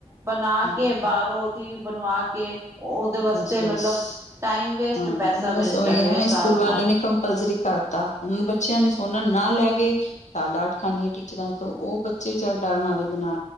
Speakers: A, on the right; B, on the left.
A: ਬਣਾ
B: ਹਮ,
A: ਕੇ ਬਾਹਰੋਂ ਉਹਦੀ ਬਣਵਾ ਕੇ, ਉਹਦੇ ਵਾਸਤੇ
B: ਬਸ ਬਸ
A: ਮਤਲਬ ਟਾਈਮ ਵੇਸਟ
B: ਹਾਂ
A: ਪੈਸਾ ਵੇਸਟ
B: ਬਸ ਉਹੀ
A: ਹੈ ਮੇਰੇ
B: ਨਾ
A: ਹਿਸਾਬ
B: ਸਕੂਲ ਵਾਲਿਆਂ
A: ਨਾਲ
B: ਨੇ ਕੰਪਲਸਰੀ ਕਰਤਾ, ਉਹ ਬੱਚਿਆਂ ਨੇ ਸੋਨਾ ਨਾ ਲੈ ਕੇ ਤਾ ਡਾਂਟ ਖਾਣੀਏ ਟੀਚਰਾਂ ਤੋਂ ਉਹ ਬੱਚੇ ਵਿਚਾਰੇ ਡਰਮੇ ਬਣਾ